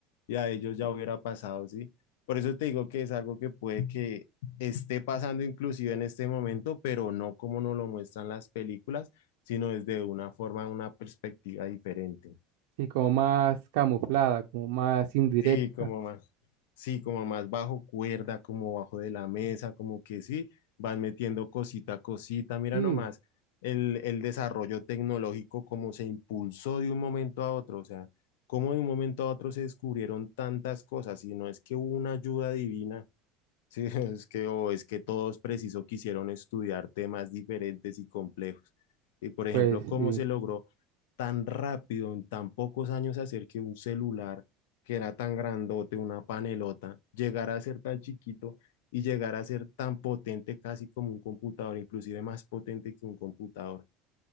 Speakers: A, on the left (about 85°); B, on the right (about 75°).
A: y a ellos ya hubiera pasado, ¿sí? Por eso te digo que es algo que puede que esté pasando inclusive en este momento, pero no como nos lo muestran las películas, sino desde una forma, una perspectiva diferente.
B: sí, como más camuflada, como más indirecta.
A: Sí, como más, sí, como más bajo cuerda, como bajo de la mesa, como que sí, van metiendo cosita a cosita. Mira
B: Sí,
A: nomás el, el desarrollo tecnológico, como se impulsó de un momento a otro, o sea, como de un momento a otro se descubrieron tantas cosas, y no es que hubo una ayuda divina, Sí, <laughs> es que, o es que todos preciso quisieron estudiar temas diferentes y complejos. Y por ejemplo,
B: pues
A: cómo
B: sí,
A: se logró tan rápido, en tan pocos años, hacer que un celular que era tan grandote, una panelota, llegara a ser tan chiquito y llegara a ser tan potente casi como un computador, inclusive más potente que un computador.